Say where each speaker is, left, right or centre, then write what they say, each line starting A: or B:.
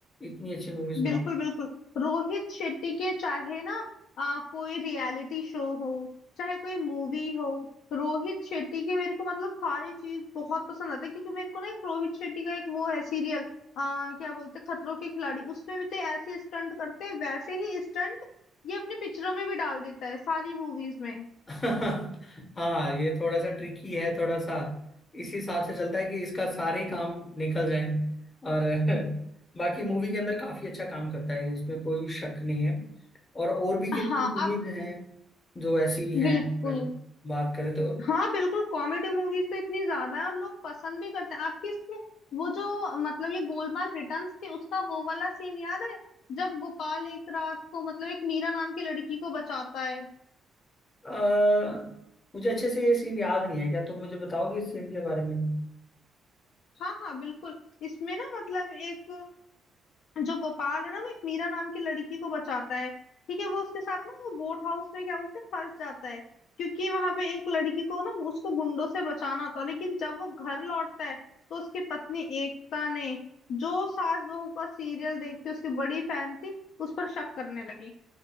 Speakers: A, on the left; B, on the left.
A: इतनी अच्छी मूवीज
B: बिल्कुल
A: बना
B: बिल्कुल रोहित शेट्टी के चाहे ना आ, कोई रियलिटी शो हो चाहे कोई मूवी हो रोहित शेट्टी के मेरे को मतलब सारी चीज बहुत पसंद आती है क्योंकि मेरे को ना एक रोहित शेट्टी का एक वो है सीरियल आ, क्या बोलते हैं खतरों के खिलाड़ी उसमें भी तो ऐसे स्टंट करते हैं वैसे ही स्टंट ये अपनी पिक्चरों में भी डाल देता है सारी मूवीज में
A: <laughs> हाँ ये थोड़ा सा ट्रिकी है थोड़ा सा इस हिसाब से चलता है कि इसका सारे ही काम निकल जाए और <laughs> बाकी मूवी के अंदर काफी अच्छा काम करता है इसमें कोई शक नहीं है और और भी कितनी
B: हाँ
A: मूवीज
B: आप
A: हैं जो ऐसी हैं
B: बिल्कुल
A: अगर बात करें तो
B: हाँ बिल्कुल कॉमेडी मूवीज तो इतनी ज्यादा है और लोग पसंद भी करते हैं आपकी इसमें वो जो मतलब ये गोलमाल रिटर्न्स थी उसका वो वाला सीन याद है जब गोपाल एक रात को मतलब एक मीरा नाम की लड़की को बचाता है
A: अ, मुझे अच्छे से ये सीन याद नहीं है क्या तुम मुझे बताओगे इस सीन के बारे में
B: हाँ हाँ बिल्कुल इसमें ना मतलब एक जो गोपाल है ना वो एक मीरा नाम की लड़की को बचाता है ठीक है वो उसके साथ ना वो बोट हाउस में क्या बोलते हैं फंस जाता है क्योंकि वहां पे एक लड़की को ना उसको गुंडों से बचाना होता है लेकिन जब वो घर लौटता है तो उसकी पत्नी एकता ने जो सास बहू का सीरियल देख के उसकी बड़ी फैन थी उस पर शक करने लगी